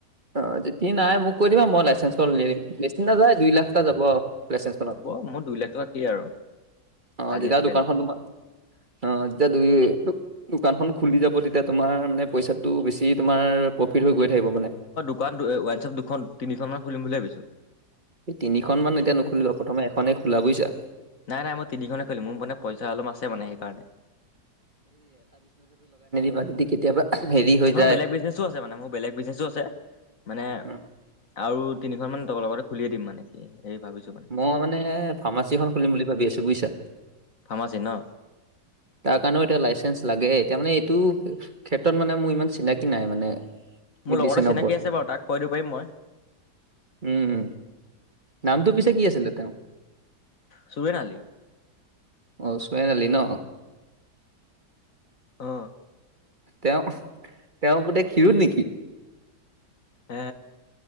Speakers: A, on the right; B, on the left.
A: অ যদি নাই মোক কৈ দিবা মই লাইচেঞ্চৰ উলিয়াই দিম বেছি নাযায় দুই লাখ এটা যাব। লাইচেঞ্চখনত
B: হ'ব মোৰ দুই লাখ টকা কি আৰু
A: আহ
B: আজি
A: যেতিয়া
B: আছে
A: দোকানখন
B: কাইলে নাই।
A: তোমাৰ- অ যেতিয়া দু দোকানখন খুলি যাব তেতিয়া তোমাৰ মানে পইচাটো বেছি তোমাৰ- প্ৰফিট হৈ গৈ থাকিব মানে।
B: দোকান ৱানছপ দুখন তিনিখনমানান খুলিম বুলি ভাবিছোঁ।
A: স তিনিখন মান এতিয়া নুখুলিবা প্ৰথমে এখনে খোলা বুজিছা।
B: নাই নাই মই তিনিখনে খুলিম মোৰ মানে পইচা অলপ আছে মানে সেইকাৰণে।
A: ৰাতি কেতিয়াবা। হেৰি হৈ
B: ম
A: যায়
B: বেলেগ বিজনেচো আছে মানে মোৰ বেলেগ বিজনেচো আছে মানে
A: উম,
B: আৰু তিনিখন মান। ত লগতে খুলিয়ে দিম মানে কি- হেৰি ভাবিছো
A: মই মানে ফাৰ্মাচীখন খুলিম বুলি ভাবি আছো বুজিছা।
B: ফাৰ্মাচী ন
A: তাৰ কাৰণেও এতিয়া লাইচেঞ্চ লাগে এতিয়া মানে এইটো ক্ষেত্ৰত মানে মোৰ ইমান চিনাকি নাই মানে। মেডিচিনৰ
B: মোৰ লগৰতে চিনাকি
A: ওপৰত
B: আছে বাৰু তাক কৈ দিব পাৰিম মই।
A: উম নামটো পিছে কি আছিলে তেওঁ।
B: চুবেন আলি
A: অ চোৱাইআলি ন
B: অহ,
A: তেওঁ তেওঁৰ পোতেক খিৰোদ নেকি-
B: এ